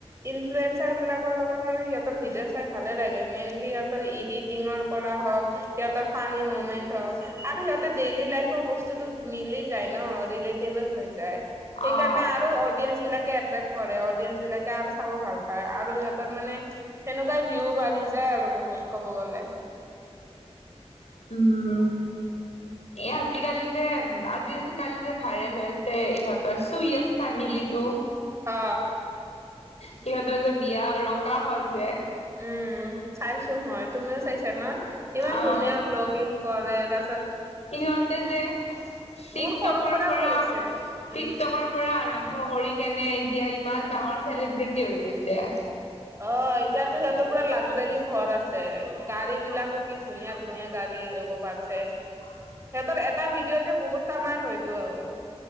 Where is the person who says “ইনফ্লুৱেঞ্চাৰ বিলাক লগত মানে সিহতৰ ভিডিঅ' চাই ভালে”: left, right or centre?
Right